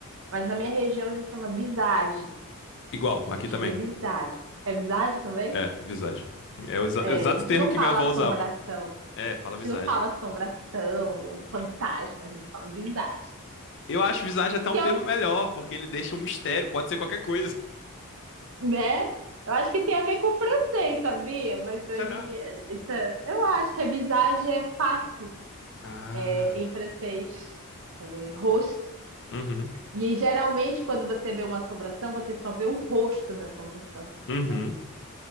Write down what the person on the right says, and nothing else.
mas na minha região a gente chama visagem.
A
gente
vê visagem. É visagem também?
É,
a gente
não
fala
assombração.
A gente
não fala assombração, fantasma, a gente fala visagem.
Que
é um
né? Eu acho que tem a ver com o francês, sabia? Mas
aí, isso, é- eu acho que a visage é face
é, em francês, é, rosto.
E aí, geralmente, quando você vê uma assombração, você só vê o rosto da assombração,
né?